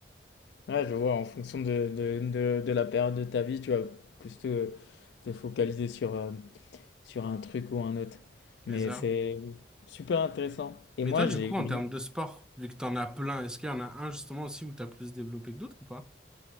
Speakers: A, on the left; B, in the centre.
A: je vois, en fonction de, de, de, de la période de ta vie, tu vas plus te, te focaliser sur, euh, sur un truc ou un autre. Mais
B: C'est ça.
A: c'est super intéressant. Et
B: Mais
A: moi,
B: toi, du
A: j'ai
B: coup, en
A: une...
B: termes de sport, vu que t'en as plein, est-ce qu'il y en a un justement aussi où t'as plus développé que d'autres ou pas?